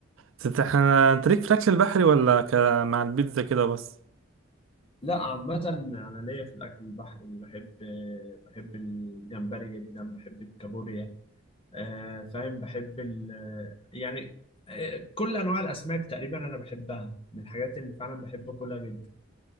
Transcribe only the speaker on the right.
بس انت احنا انت ليك في الأكل البحري ولا ك... مع البيتزا كده بس